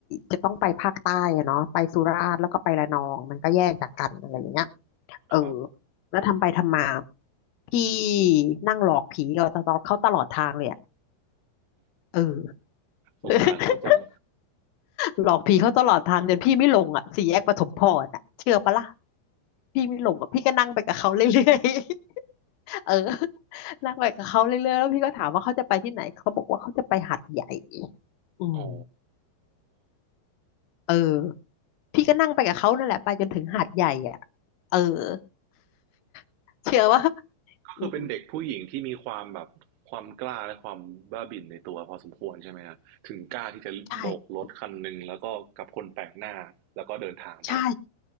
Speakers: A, on the left (about 80°); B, on the right (about 80°).
A: จะต้องไปภาคใต้อะเนาะไปสุราษฎร์แล้วก็ไประนองมันก็แยกจากกันอะไรอย่างเงี้ยเออ
B: ครับ
A: แล้วทำไปทำมาพี่นั่งหลอกผีเราตลอดเขาตลอดทางเลยอะเออ
B: สงสารเขาจัง
A: <laughs> หลอกผีเขาตลอดทางจนพี่ไม่ลงอ่ะสี่แยกปฐมพรอ่ะเชื่อปะล่ะพี่ไม่ลงอ่ะพี่ก็นั่งไปกับเขาเรื่อยๆ <laughs> เออนั่งไปกับเขาเรื่อยๆแล้วพี่ก็ถามว่าเขาจะไปที่ไหนเขาบอกว่าเขาจะไปหาดใหญ่
B: <laughs>
A: อืม
B: อ๋อ
A: เออ พี่ก็นั่งไปกับเขานั่นแหละไปจนถึงหาดใหญ่อ่ะเออ <laughs> เชื่อว่า
B: ก็คือเป็นเด็กผู้หญิงที่มีความแบบความกล้าและความบ้าบิ่นในตัวพอสมควรใช่ไหมฮะถึงกล้าที่จะโบกรถคันหนึ่งแล้วก็กับคนแปลกหน้าแล้วก็เดินทางไป
A: อืมใช่ใช่